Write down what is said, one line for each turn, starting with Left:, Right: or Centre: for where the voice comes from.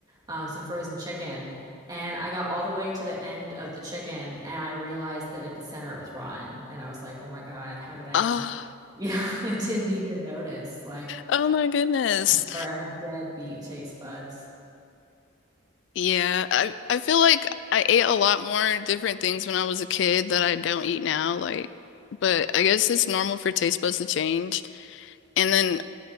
Right: um, some frozen chicken. And I got all the way to the end of the chicken and I realized that at the center it was rotten. And I was like, oh my God, how did I
Left: Oh,
Right: not? <laughs> Yeah, I didn't even notice. Like
Left: oh my goodness.
Right: I prefer I have dead beat taste buds.
Left: Yeah, I I feel like I ate a lot more different things when I was a kid that I don't eat now, like but I guess it's normal for taste buds to change. And then